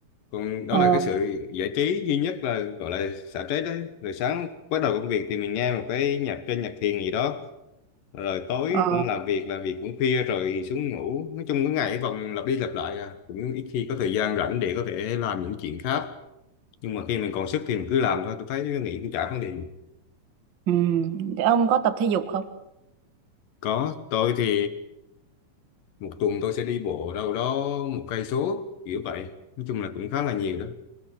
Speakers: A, on the left; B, on the right.
A: còn đó
B: ờ
A: là cái sự giải trí duy nhất là gọi là xả stress đấy rồi sáng bắt đầu công việc thì mình nghe một cái nhạc trên nhạc thiền gì đó rồi tối
B: ờ
A: cũng làm việc làm việc cũng khuya rồi xuống ngủ nói chung cái ngày cái vòng lặp đi lặp lại à cũng ít khi có thời gian rảnh để có thể làm những chuyện khác nhưng mà khi mình còn sức thì mình cứ làm thôi tôi thấy nghĩ cũng chả vấn đề gì.
B: ừ. Thì ông có tập thể dục không
A: có tôi thì một tuần tôi sẽ đi bộ đâu đó một cây số kiểu vậy nói chung là cũng khá là nhiều đó